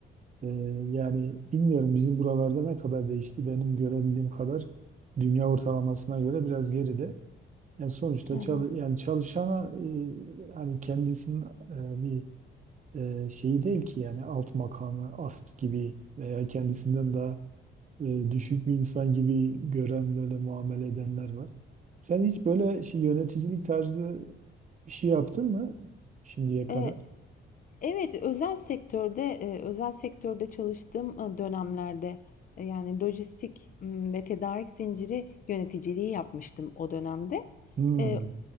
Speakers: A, on the right; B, on the left.
A: Ee, yani bilmiyorum bizim buralarda ne kadar değişti. Benim görebildiğim kadar dünya ortalamasına göre biraz geride. Yani sonuçta
B: Hı hı.
A: çalı- yani çalışana e, hani kendisinin e, bir e, şeyi değil ki yani alt makamı ast gibi veya kendisinden daha e, düşük bir insan gibi gören böyle muamele edenler var. Sen hiç böyle şey, yöneticilik tarzı bir şey yaptın mı şimdiye kadar?
B: E, evet, özel sektörde e, özel sektörde çalıştığım e, dönemlerde e, yani lojistik m, ve tedarik zinciri yöneticiliği yapmıştım o dönemde.
A: Hmm,
B: E,